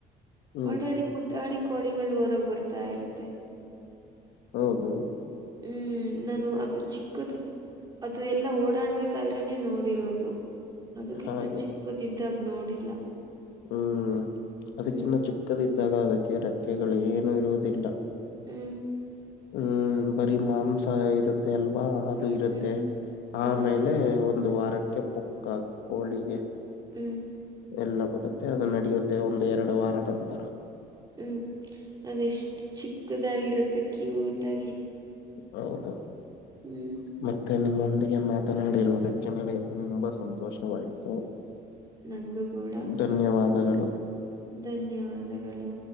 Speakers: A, on the left; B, on the right.
A: ಹ್ಮ್
B: ಆಲ್ರೆಡಿ ಪುಟಾಣಿ ಕೋಳಿಗಳು ಹೊರಗ್ ಬರ್ತಾ ಇರುತ್ತೆ
A: ಹೌದು
B: ಹ್ಮ್ ನಾನು ಅದು ಚಿಕ್ಕುದು ಅದು ಎಲ್ಲ ಓಡಾಡ್ಬೇಕಾದ್ರನೆ ನೋಡಿರೋದು ಅದಕ್ಕಿಂತ
A: ಹಾಗೆ
B: ಚಿಕ್ಕದಿದ್ದಾಗ ನೋಡಿಲ್ಲ
A: ಹ್ಮ್ ಅದಕ್ಕಿನ್ನ
B: ಹ್ಮ್
A: ಚಿಕ್ಕದ್ದಾಗ ಅದಕ್ಕೆ ರೆಕ್ಕೆಗಳು ಏನು ಇರುವುದಿಲ್ಲ
B: ಹ್ಮ್
A: ಹ್ಮ್ ಬರಿ ಮಾಂಸ ಇರುತ್ತೆ ಅಲ್ವಾ ದು ಇರುತ್ತೆ
B: ಹ್ಮ್ ಹ್ಮ್
A: ಆಮೇಲೆ ಒಂದು ವಾರಕ್ಕೆ ಪುಕ್ಕ ಕೋಳಿಗೆ
B: ಹ್ಮ್
A: ಎಲ್ಲ ಬರುತ್ತೆ ಅದು ನಡೆಯುತ್ತೆ ಒಂದು ಎರಡು ವಾರ ನಂತರ
B: ಹ್ಮ್ ಅದೆಷ್ಟು ಚಿಕ್ಕದಾಗಿರುತ್ತೆ ಕ್ಯೂಟ್ ಆಗಿ
A: ಹೌದು
B: ಹ್ಮ್
A: ಮತ್ತೆ ನಿಮ್ಮೊಂದಿಗೆ ಮಾತನಾಡಿರುವುದಕ್ಕೆ ನನಗೆ ತುಂಬಾ ಸಂತೋಷವಾಯ್ತು.
B: ನನ್ಗು ಗೂಡ
A: ಧನ್ಯವಾದಗಳು
B: ಧನ್ಯವಾದಗಳು